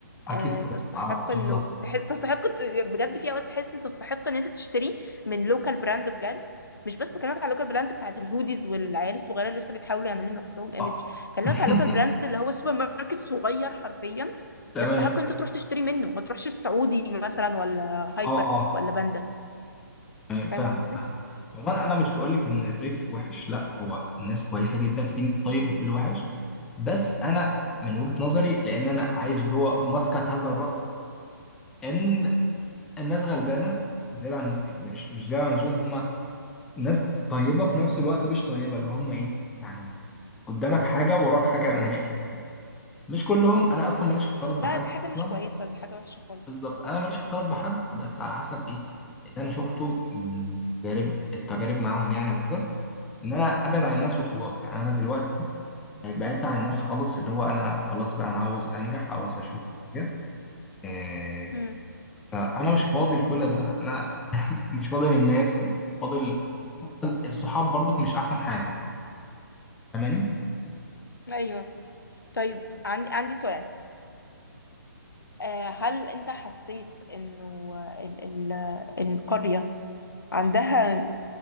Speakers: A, in the centre; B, on the left (about 75°).
A: أكيد
B: آه، تستحق
A: طبعاً. اه بالظبط
B: انه تحس تستحق ت- بجد في اوقات تحس ان تستحق ان انت تشتري من لوكال براند بجد مش بس بكلمك على اللوكال براند بتاعت الهوديز والعيال الصغيره اللي لسه بيحاولوا يعملوا لنفسهم ايمج
A: اه
B: بكلمك
A: <laughs>
B: على اللوكال براند اللي هو سوبر ماركت صغير حرفيا
A: تمام
B: يستحق ان انت تروح تشتري منه ما تروحش السعودي مثلا ولا هايبر
A: اه اه
B: ولا باندا
A: تمام
B: فاهم
A: فاهم
B: قصدي
A: فاهم عموما انا مش بقول لك ان الريف وحش لا هو الناس كويسه جدا في الطيب وفي الوحش بس انا من وجهه نظري لان انا عايش جوه مسقط هذا الراس ان الناس غلبانه زياده عن مش مش زياده عن اللزوم هم ناس طيبة في نفس الوقت مش طيبة اللي هم ايه يعني قدامك حاجة وراك حاجة نهائي يعني مش كلهم انا اصلا ماليش اختلاط بحد
B: لا دي حاجه
A: اصلا
B: مش كويسه دي حاجه وحشه خالص
A: بالظبط انا ماليش اختلاط بحد بس على حسب ايه اللي انا شفته من تجارب التجارب معاهم يعني وكده ان انا ابعد عن الناس
B: امم
A: وخلاص يعني انا دلوقتي بعدت عن الناس خالص اللي هو انا خلاص بقى انا عاوز انجح عاوز اشوف حاجة. إيه
B: امم
A: فانا مش فاضي لكل ده انا مش فاضي للناس فاضل الصحاب برضك مش احسن حاجة فاهماني؟
B: ايوه طيب عندي عندي سؤال آه، هل انت حسيت انه ال- ال- القرية عندها